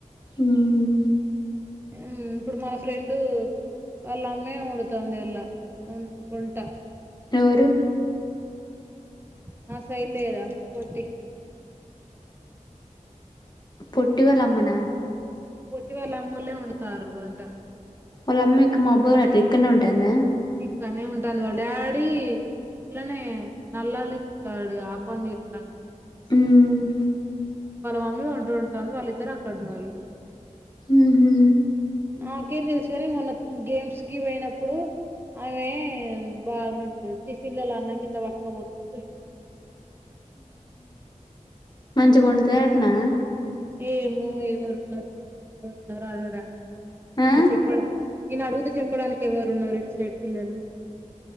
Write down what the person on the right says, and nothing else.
హ్మ్ ఇప్పుడు మ ఫ్రెండు వాళ్ళ అమ్మే వండుతాంది ఎల్ల వన్ వంట
మా సైడ్ లెదా పోటి
ఇవాళ అమ్మోల్లే వండుతారు వంట
ఇక్కనే ఉంటాంది వాళ్ళ డాడీ ఇల్లనే నల్లాలు ఇప్తాడుగా ఆపాంది తిప్తాండుగ
మమ్మీ వంట వండుతుంది వాళ్ళిద్దరు అక్కడ ఉన్నారు
నాకేం తెలుసు గని మొన్న గేమ్స్ కి పోయినప్పుడు ఆమె ఎ బా ఎమంటరు టిఫిన్లల అన్నం గిట్లా పట్కపోతాన్ ఉష్ చూసిన
ఏమో ఎవరు ఉన్నరు ఎవరున్నారు ఆడడానికి
అన్ చెప్పడం నేను అడుగుతే చెప్పడానికి ఎవరున్నారు ఇట్ సైడ్ పిల్లలు